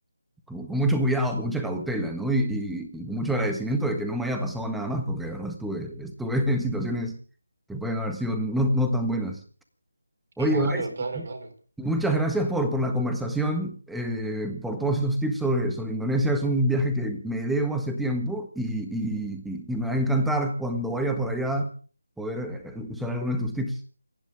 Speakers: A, in the centre; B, on the right (about 40°).
A: con, con mucho cuidado, con mucha cautela, ¿no? Y, y- y con mucho agradecimiento de que no me haya pasado nada más, porque de verdad estuve, estuve <laughs> en situaciones que pueden haber sido no, no tan buenas. Oye,
B: Claro,
A: ahora
B: claro, claro.
A: Muchas gracias por, por la conversación, eh, por todos estos tips sobre, sobre Indonesia. Es un viaje que me debo hace tiempo y, y- y- y me va a encantar cuando vaya por allá poder eh, usar alguno de tus tips.